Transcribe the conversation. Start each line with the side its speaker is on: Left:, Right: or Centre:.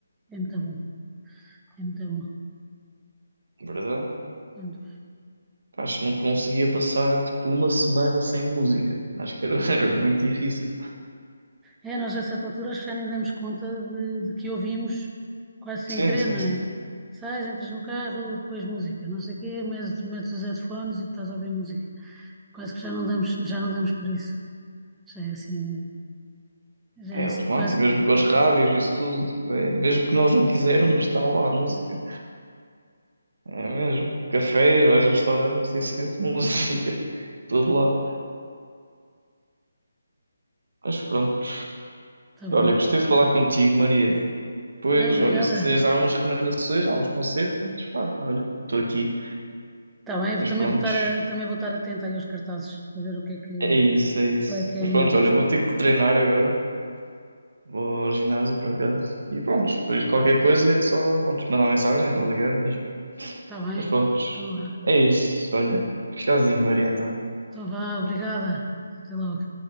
Centre: é muito bom, é muito bom.
Right: Verdade.
Centre: Muito bom.
Right: Acho que não conseguia passar tipo uma semana sem música. Acho que era, <laughs> era muito difícil.
Centre: É, nós a certa altura acho que já nem damos conta de, de que ouvimos quase sem
Right: Sim,
Centre: querer,
Right: sim,
Centre: não
Right: sim.
Centre: é? Sais, entras no carro, depois música, não sei o quê, metes, metes os headphones e estás a ouvir música. Quase que já não damos, já não damos por isso. Já é assim, já
Right: É
Centre: é assim
Right: automático,
Centre: quase que
Right: mesmo com as rádios e isso tudo, tipo, é- mesmo que nós não quisermos, está lá a música. É mesmo. Cafés, vais a restaurantes, tem sempre <laughs> música, de todo lado. Mas pronto,
Centre: está bom.
Right: olha, gostei de falar contigo, Maria. Pois,
Centre: Ai, obrigada.
Right: olha, se quiseres dar umas recomendações, há uns concertos, pá, olha, estou aqui.
Centre: Está bem, eu
Right: Mas
Centre: também
Right: pronto,
Centre: vou estar, a- também vou estar atenta aí aos cartazes para ver o que é que,
Right: é isso, é isso.
Centre: qual é que é
Right: Mas
Centre: melhor.
Right: pronto,
Centre: para
Right: olha,
Centre: escolher.
Right: vou ter que treinar agora. Vou ao ginásio, por acaso. E pronto, depois qualquer coisa é só, pronto, mandar mensagem ou ligar mesmo.
Centre: Está bem?
Right: Mas pronto,
Centre: Então vá.
Right: é isso, olha. Tchauzinho, Maria, então.
Centre: Então vá, obrigada. Até logo.